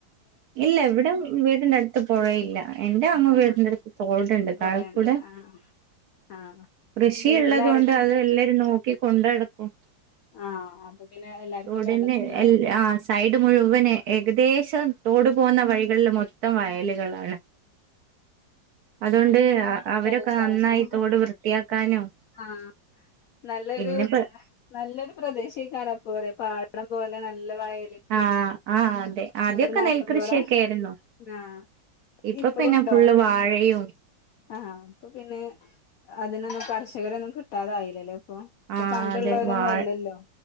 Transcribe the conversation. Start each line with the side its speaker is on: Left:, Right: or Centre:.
Right: ഇല്ല ഇവിട വീടിന്റെ അട്ത്ത് പൊഴയില്ല. എന്റെ അമ്മ
Left: ഇല്ല
Right: വീടിന്റെ
Left: ആഹ്
Right: അട്ത്ത് തോട്ണ്ട് താഴ
Left: പൊയണ്ട്
Right: കൂടെ
Left: ആഹ് ആഹ്
Right: കൃഷീള്ളത്കൊണ്ട്
Left: വീട്ടിലാരൊക്കെ
Right: അത് എല്ലരും നോക്കി കൊണ്ടടക്കും.
Left: ആഹ് അപ്പൊ പിന്നെ എല്ലാർക്കും
Right: തോടിന്റെ
Left: വെള്ളത്തിന്ല്ലേ
Right: എൽ ആഹ് സൈഡ് മുഴുവനും ഏകദേശം തോട് പോന്ന വഴികളിൽ മൊത്തം വയല്കളാണ്. അതോണ്ട്
Left: നല്ല
Right: അവരൊക്കെ
Left: സ്ഥലേക്കാരം
Right: നന്നായി തോട് വൃത്തിയാക്കാനും
Left: ആഹ് നല്ലൊരു
Right: പിന്നെപ്പ
Left: നല്ലൊരു പ്രദേശേക്കാരപ്പോ പാടം അത് പോലെ നല്ല വയലിന്റീം
Right: ആഹ് ആഹ് അതെ ആദ്യൊക്കെ
Left: എ <unintelligible> നാട്ടും
Right: നെൽകൃഷിയൊക്കെ
Left: പൊറ
Right: ആയിരുന്നു
Left: ആഹ്
Right: ഇപ്പൊ
Left: ഇപ്പളുണ്ടോ
Right: പിന്നെ ഫുള്ള് വാഴയും
Left: ആഹ് ഇപ്പൊ പിന്നെ അതിനൊന്നും കർഷകരെന്നും കിട്ടാതായില്ലേ അപ്പൊ ഇപ്പൊ
Right: ആഹ്
Left: പണ്ട്ള്ളോരൊന്നും
Right: അതെ വാഴ
Left: അല്ലല്ലോ